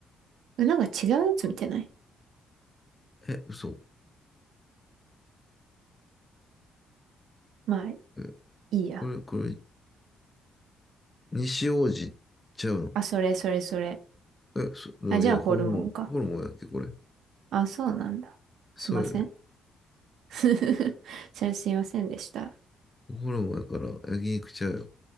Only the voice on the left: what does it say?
え、嘘。
え、
これ、これ、西王子ちゃう
の。え、そ、
いや、ホルモン、ホルモンやっけ、これ。
そうやで、
ホルモンやから、焼肉ちゃうよ。